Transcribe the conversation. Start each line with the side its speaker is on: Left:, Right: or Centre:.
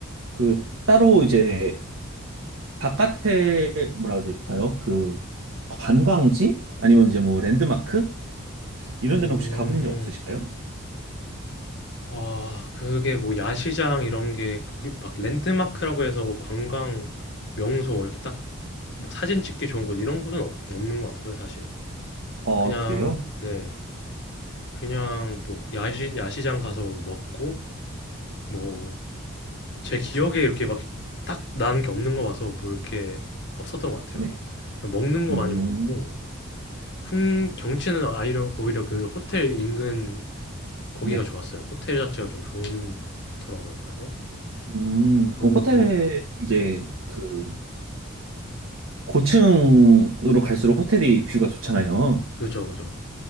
Right: 그 따로 이제 바깥에 뭐라고 해야 될까요? 그 관광지? 아니면 이제 뭐 랜드마크? 이런
Left: 음,
Right: 데는 혹시 가보신 적 없으실까요?
Left: 아, 그게 뭐 야시장 이런 게 거기 막 랜드마크라고 해서 뭐 관광 명소 뭐 이렇게 딱 뭐 사진 찍기 좋은 곳 이런 곳은 없, 없는 것 같고요, 사실.
Right: 어,
Left: 그냥
Right: 그래요?
Left: 네, 그냥 뭐 야시 야시장 가서 먹고 뭐 제 기억에 이렇게 막 딱 나는 게 없는 거 봐서 뭐 이렇게 없었던 것 같아요.
Right: 네.
Left: 먹는 거
Right: 음,
Left: 많이 먹었고 풍 경치는 오히려 오히려 그 호텔 인근 거기가
Right: 네.
Left: 좋았어요. 호텔 자체가 좀 좋더라고요. 그래서
Right: 음,
Left: 그
Right: 그럼 호텔에
Left: 거기
Right: 이제
Left: 네
Right: 그 고층으로 갈수록 호텔이 뷰가 좋잖아요.
Left: 그죠 그죠.